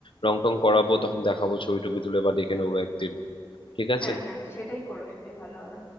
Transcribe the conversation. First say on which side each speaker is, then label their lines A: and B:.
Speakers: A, on the left; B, on the left.
A: রং টং করাবো তখন দেখাবো ছবি টবি তুলে বা ডেকে নেবো একদিন ঠিক আছে
B: হ্যাঁ হ্যাঁ সেটাই করো সেটাই ভালো হবে